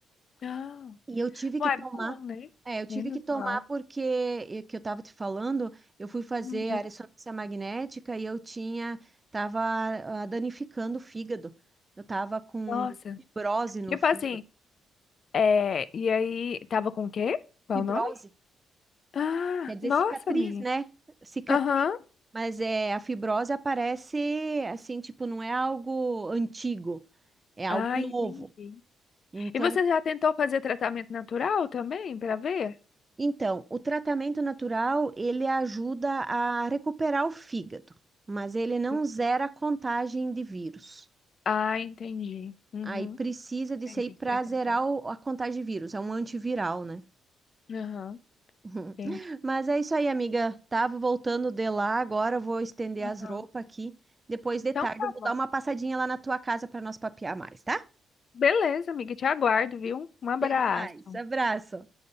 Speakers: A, on the left; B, on the right.
A: Ah.
B: E eu tive
A: Ué,
B: que tomar,
A: bom, né?
B: é, eu tive
A: Menos
B: que tomar
A: mal.
B: porque, eh, que eu estava te falando, eu fui fazer
A: Uhum.
B: a ressonância magnética e eu tinha, tava ah, danificando o fígado. Eu tava com
A: Nossa.
B: fibrose no
A: Tipo
B: fígado.
A: assim, é... e aí, tava com o quê? Qual
B: Fibrose,
A: o nome? Ah,
B: quer dizer
A: nossa,
B: cicatriz,
A: amiga.
B: né? Cicatriz.
A: Aham.
B: Mas é, a fibrose aparece assim, tipo, não é algo antigo, é algo
A: Ah,
B: novo.
A: entendi.
B: Então,
A: E você já tentou fazer tratamento natural também, pra ver?
B: Então, o tratamento natural, ele ajuda a recuperar o fígado, mas ele não
A: Sim.
B: zera a contagem de vírus.
A: Ah, entendi. Uhum.
B: Aí precisa disso
A: Entendi,
B: aí para
A: sei como
B: zerar
A: que é.
B: o- a contagem de vírus, é um antiviral, né?
A: Aham,
B: <laughs>
A: entendi.
B: Mas é isso aí, amiga. Tava voltando de lá, agora eu vou estender
A: Aham.
B: as roupas aqui. Depois de
A: Então
B: tarde
A: tá
B: eu vou
A: bom.
B: dar uma passadinha lá na tua casa para nós papear mais, tá?
A: Beleza, amiga, te aguardo, viu? Um abraço.
B: Até Mais, abraço.